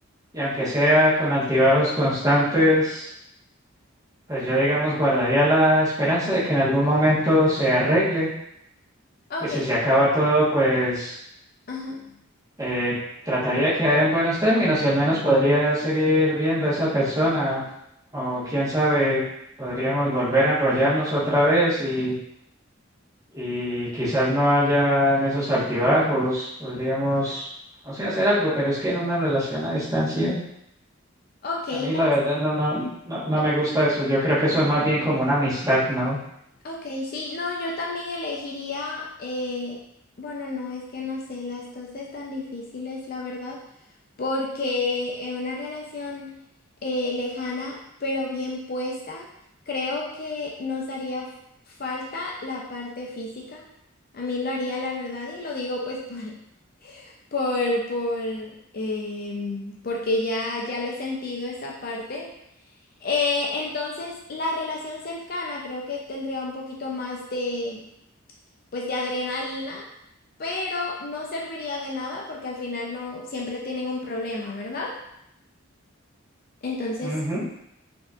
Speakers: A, on the right; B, on the left.
A: Y aunque sea con altibajos constantes, pues yo, digamos, guardaría la esperanza de que en algún momento se arregle.
B: Ok,
A: Y si se acaba todo, pues
B: ajá.
A: eh, trataría de quedar en buenos términos y al menos podría seguir viendo a esa persona. O quién sabe, podríamos volver a enrollarnos otra vez y, y quizás no hayan esos altibajos. Podríamos, o sea, hacer algo, pero es que en una relación a distancia.
B: Ok,
A: A mí
B: no,
A: la verdad no, no, no, no
B: yo
A: me gusta eso. Yo creo que eso es más bien como una amistad, ¿no?
B: Ok, sí, no, yo también elegiría, eh, bueno, no, es que no sé, las dos están difíciles, la verdad, porque en una relación eh, lejana, pero bien puesta, creo que nos haría f- falta la parte física. A mí lo haría, la verdad, y lo digo pues <laughs> por, por, por, em, porque ya, ya lo he sentido esa parte. Eh, entonces, la relación cercana creo que tendría un poquito más de, pues, de adrenalina, pero no serviría de nada porque al final no siempre tienen un problema, ¿verdad? Entonces,
A: Ujú.
B: sí,